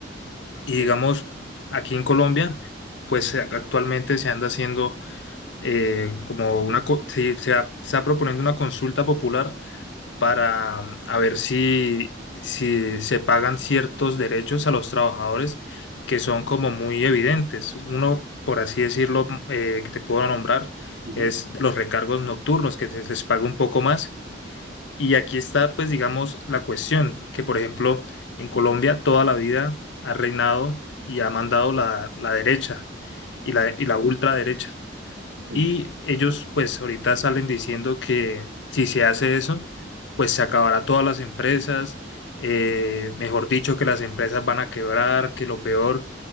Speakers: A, on the left; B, on the right.
A: Y
B: sí,
A: digamos, aquí en Colombia, pues se- actualmente se anda haciendo eh, como una, co- se, se ha- se está proponiendo una consulta popular para mm, a ver si, si se pagan ciertos derechos a los trabajadores que son como muy evidentes. Uno, por así decirlo, mm, eh, que te puedo nombrar,
B: ujú,
A: es los recargos nocturnos, que se les paga un poco más. Y aquí está, pues, digamos, la cuestión, que por ejemplo, en Colombia toda la vida ha reinado y ha mandado la, la derecha y la, y la ultraderecha.
B: sí,
A: Y ellos, pues, ahorita salen diciendo que si se hace eso, pues se acabará todas las empresas, eh, mejor dicho, que las empresas van a quebrar, que lo peor.